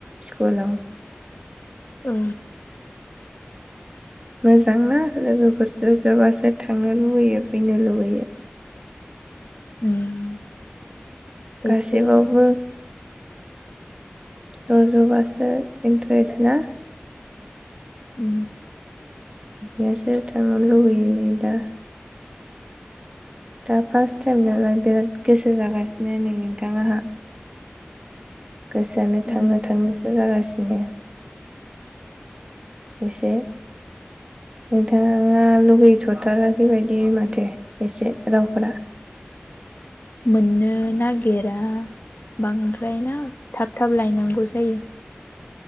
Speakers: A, on the right (about 25°); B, on the left (about 60°).
A: स्कुलाव
B: औ
A: मोजांना लोगोफोरजों ज ज बासो थांनो लुबैयो फैनो लुुबैयो।
B: उम
A: गासैबावबो
B: एसे
A: ज'ज' बासो इन्ट्रेसना?
B: उ
A: यासो थांनो लुबैयो नै दा दा फार्स्ट टाइम नालाय बिराद गोसो जागासिनो नै नोंथां आहा गोसोआनो
B: उम
A: थांनो थांनोसो जागासिनो द <unintelligible> एसे नोंथाङा लुगैथ'थाराखै बादि माथो एसे रावफोरा
B: मोननो ना गेरा बांद्रायना थाब-थाब लायनांगौ जायो